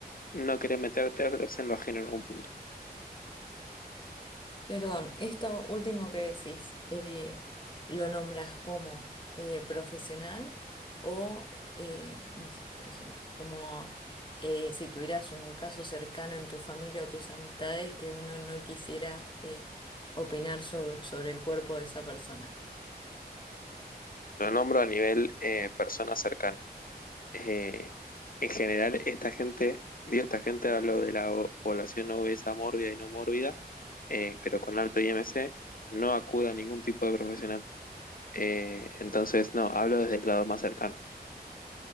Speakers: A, on the left (about 55°); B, on the left (about 30°).
A: no querer meter- meterse en lo ajeno en algún punto.
B: Perdón, esto último que decís, eh, ¿lo nombras como eh, profesional o, eh, no sé, por ejemplo, como eh, si tuvieras un caso cercano en tu familia o tus amistades que uno no quisiera eh, opinar so- sobre el cuerpo de esa persona?
A: Lo nombro a nivel eh, persona cercana. eh, en general, esta gente, digo, esta gente hablo de la o- población obesa mórbida y no mórbida, eh, pero con alto IMC, no acude a ningún tipo de profesional. Eh, entonces, no, hablo desde el lado más cercano.